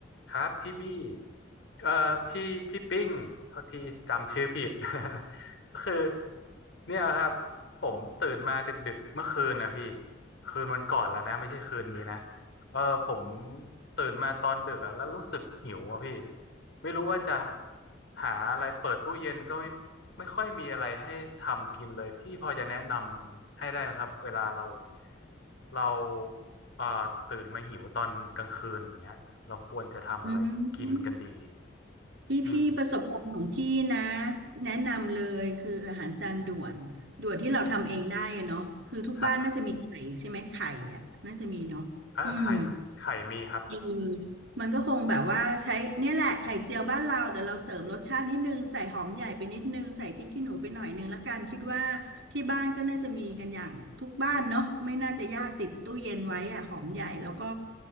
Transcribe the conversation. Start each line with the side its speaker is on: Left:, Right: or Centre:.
Left: ครับพี่บี้เอ่อพี่พี่ปิ้งเท่าที่จำชื่อผิด <laughs> ก็คือเนี่ยครับผมตื่นมาดึกๆเมื่อคืนนะพี่คืนวันก่อนแล้วนะไม่ใช่คืนนี้นะเออผมตื่นมาตอนดึกอะแล้วรู้สึกหิวอะพี่ไม่รู้ว่าจะหาอะไรเปิดตู้เย็นก็ไม่ไม่ค่อยมีอะไรให้ทำกินเลยพี่พอจะแนะนำให้ได้ไหมครับเวลาเราเราเอ่อตื่นมาหิวตอนกลางคืนอย่างเงี้ย เราควรจะทำอะไรกินกันดี
Right: อืมพี่พี่ประสบการณ์ของพี่นะ
Left: อืม
Right: แนะนำเลยคืออาหารจานด่วนด่วนที่เราทำเองได้อะเนาะคือทุกบ้านน่าจะมีไข่ใช่ไหมไข่อ่ะน่าจะมีเนาะอืม
Left: ครับเออไข่ไข่มีครับ
Right: อืมมันก็คงแบบว่าใช้เนี่ยแหละไข่เจียวบ้านเราแต่เราเสริมรสชาตินิดนึงใส่หอมใหญ่ไปนิดนึงใส่พริกขี้หนูไปหน่อยนึงละกันคิดว่าที่บ้านก็น่าจะมีกันอย่างทุกบ้านเนาะไม่น่าจะยากติดตู้เย็นไว้อะหอมใหญ่แล้วก็